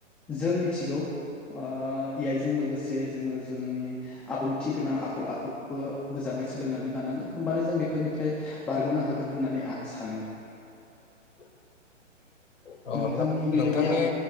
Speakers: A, in the centre; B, on the left.
A: जों मिथिगौ ओ ए आइ जों लोगोसे जोङो जोंनि आब्रुथि गोनां आखल आखुखौबो मोजाङै सोलोंनानै लानांगोन होमबानो जों बेफोरनिफ्राय बारग'नो हागोन होननानै आं सानो।
B: <unintelligible>
A: नोंथांनि
B: अ नों
A: बेबायदि
B: नोंथांनि
A: आब्रुथि